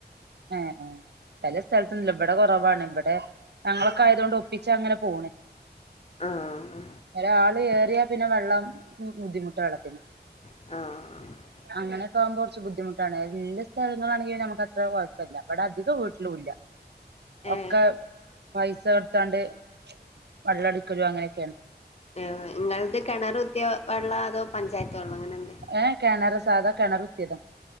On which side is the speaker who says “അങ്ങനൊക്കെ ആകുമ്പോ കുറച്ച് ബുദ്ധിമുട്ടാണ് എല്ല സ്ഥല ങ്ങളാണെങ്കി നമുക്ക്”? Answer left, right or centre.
Right